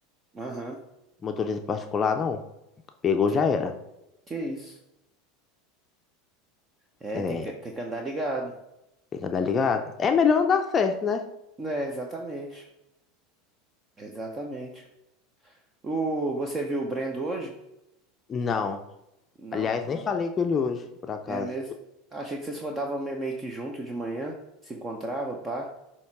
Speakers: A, on the right; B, on the left.
A: Aham.
B: Motorista particular, não. Pegou,
A: Que,
B: já era.
A: que isso? É,
B: É,
A: tem que, tem que andar ligado.
B: tem que andar ligado. É melhor andar certo, né?
A: É, exatamente. Exatamente. O, você viu o Brendo hoje?
B: Não.
A: Não.
B: Aliás, nem falei com ele hoje, por acaso.
A: É mesmo? Achei que vocês rodavam me- meio que junto de manhã, se encontrava, pá.